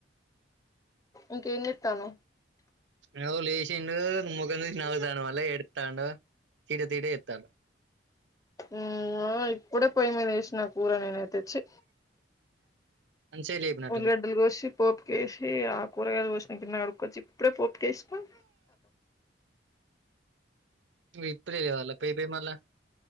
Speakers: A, on the left; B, on the right.
A: ఇంకేం చేస్తున్నావ్
B: నవు లేసిండు మొఖం చూసి నవుతాండు మళ్ళ ఎడుతాండు తిడే తీడే ఎత్తాను
A: ఇంగో ఇప్పుడే పొయ్యి మీద ఎసిన కూర నేనయితే చి
B: మంచిగా లేపినట్టుంది
A: ఉల్లిగడ్డలు కోసి పోపుకేసి ఆ కూరగాయలు కోసిన గిన్నె కడుక్కొచ్చి ఇప్పుడే పోపు కేసిన
B: ఇప్పుడె లేవల పోయిపోయి మళ్ళా